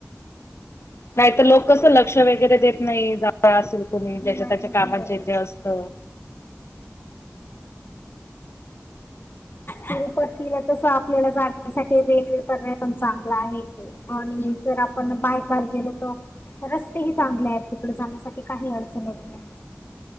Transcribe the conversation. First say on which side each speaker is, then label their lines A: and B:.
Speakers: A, on the left (about 70°); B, on the left (about 50°).
A: नाहीत लोक कसं लक्ष वगैरे देत नाही <unintelligible> असेल कुणी
B: नाही
A: ज्याच्या त्याच्या कामात
B: हो.
A: जे थे असत.
B: तिरुपतीला तस आपल्याला जाण्यासाठी वेग वे पण चांगलं आहे आणि जर आपण बायकार गेलो तो, रस्तेही चांगले आहेत तिकडे जाण्यासाठी काही अडचण येत नाही.